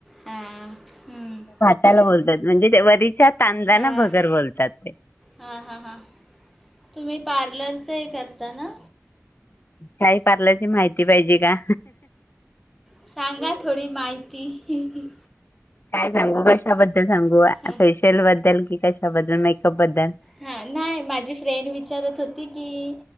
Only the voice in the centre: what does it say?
हां हम्म
हां
हां हां हां, तुम्ही पार्लरचे हे करता ना.
सांगा थोडी माहिती.
हां
हा नाय माझी फ्रेंड विचारत होती की.